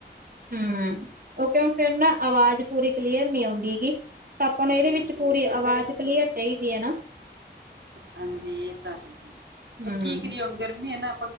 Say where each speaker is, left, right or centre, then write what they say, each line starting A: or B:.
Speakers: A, on the right; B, on the right.
A: ਹਮ ਉਹ ਕਿਉਂ ਫੇਰ ਨਾ ਆਵਾਜ਼ ਪੂਰੀ ਕਲੀਅਰ ਨੀ ਆਉਂਦੀ ਗੀ ਤਾਂ ਆਪਾਂ ਨੂੰ ਇਹਦੇ
B: ਹਾਂਜੀ
A: ਵਿੱਚ ਪੂਰੀ
B: ਪਰ
A: ਆਵਾਜ਼
B: ਗਰ
A: ਕਲੀਅਰ
B: ਹਾਂ
A: ਚਾਹੀਦੀ ਐ ਨਾ
B: ਹਾਂਜੀ ਇਹ ਤਾਂ ਹੈ ਜੀ ਪਰ
A: ਹਮ
B: ਕੀ ਕਰੀਏ ਹੁਣ ਗਰਮੀ ਹੈ ਨਾ